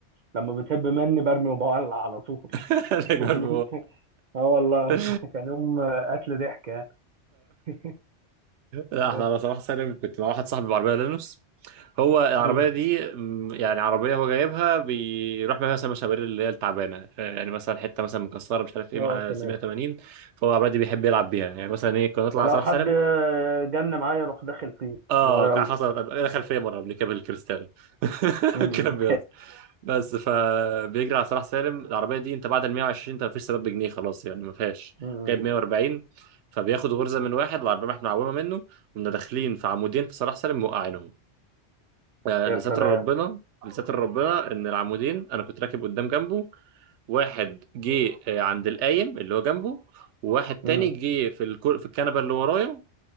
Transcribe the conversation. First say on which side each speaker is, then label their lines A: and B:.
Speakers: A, on the right; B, on the right.
A: لما بتهب مني برمي وبولع على طول
B: انا
A: <laughs>
B: جرب
A: اه والله
B: لا
A: كان يوم قتل ضحك يعني <laughs>
B: احنا
A: بس
B: على صلاح سالم كنت مع واحد صاحبي بعربية لينوس هو العربية
A: مم.
B: دي م، يعني عربية هو جايبها بيروح بيها مثلا مشاوير اللي هي التعبانة آه، يعني مثلا حتة مثلا مكسرة مش عارف ايه
A: اه
B: مع
A: تمام
B: 780 فهو العربية دي بيحب يلعب بيها يعني مثلا ايه كنا نطلع
A: فلو
B: على صلاح
A: حد
B: سالم
A: جن معايا يروح داخل فيه
B: اه
A: اللي هو يلا
B: كان حصلت قبل- دخل فيا مره قبل كده بالكريستال <laughs>
A: م-
B: كان بيض بس فبيجري على صلاح سالم العربيه دي انت بعد ال 120 انت مفيش سبب بجنيه خلاص يعني ما فيهاش
A: م.
B: جايب 140 فبياخد غرزه من واحد العربيه احنا معومه منه ومنا داخلين في عمودين في صلاح سالم موقعينهم آه،
A: <laughs> يا
B: لستر
A: سلام
B: ربنا لستر ربنا ان العمودين انا كنت راكب قدام جنبه واحد جه آه، عند القايم اللي هو جنبه وواحد تاني
A: م-
B: جه في الكر... في الكنبه اللي ورايا